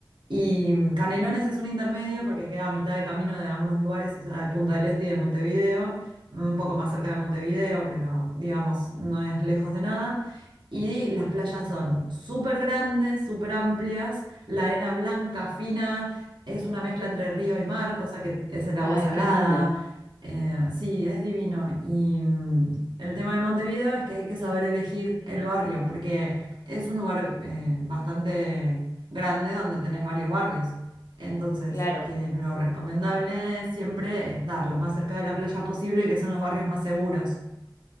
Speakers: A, on the right; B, on the left.
A: Y mm, Canelones es un intermedio porque queda a mitad de camino de ambos lugares, o sea, de Punta del Este y de Montevideo, un poco más cerca de Montevideo, pero digamos, no es lejos de nada. Y las playas son súper grandes, súper amplias, la arena blanca, fina, es una mezcla entre río y mar, cosa que es el agua
B: Ay,
A: salada.
B: qué lindo.
A: Eh, sí, es divino. Y mm, el tema de Montevideo es que hay que saber elegir el barrio, porque es un lugar eh, bastante grande donde tenés varios barrios. Entonces,
B: Claro,
A: eh, lo recomendable es siempre estar lo más cerca de la playa posible, que son los barrios más seguros.